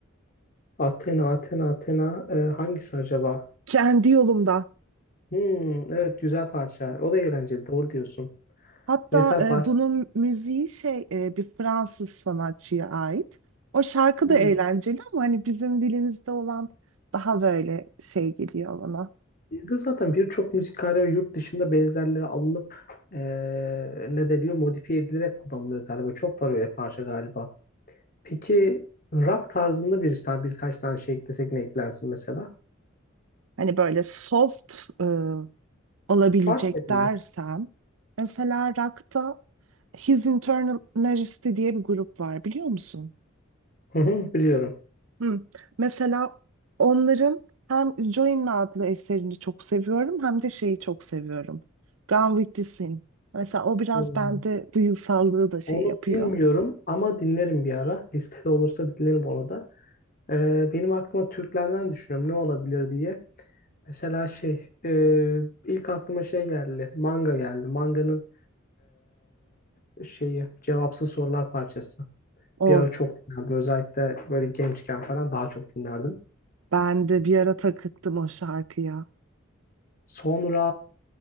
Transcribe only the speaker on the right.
Kendi yolumda.
Hatta
e,
bunun müziği şey e, bir Fransız sanatçıya ait. O şarkı
da eğlenceli ama hani bizim dilimizde olan daha böyle şey geliyor bana.
Hani böyle soft e, olabilecek
dersem. Mesela rock'ta His Internal Majesty diye bir grup var biliyor musun?
Hı. Mesela onların hem Join adlı eserini çok seviyorum hem de şeyi çok seviyorum. Gone with the Sin. Mesela o biraz
bende duygusallığı da şey
yapıyor.
O
ben de bir ara takıktım o şarkıya.